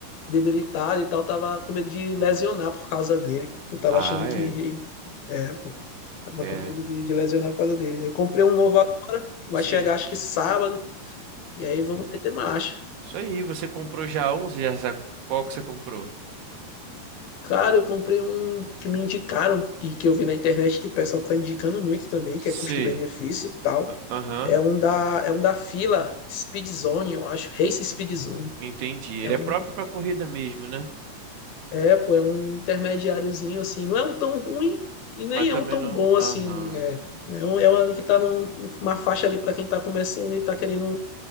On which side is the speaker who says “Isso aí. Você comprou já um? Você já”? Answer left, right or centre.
Right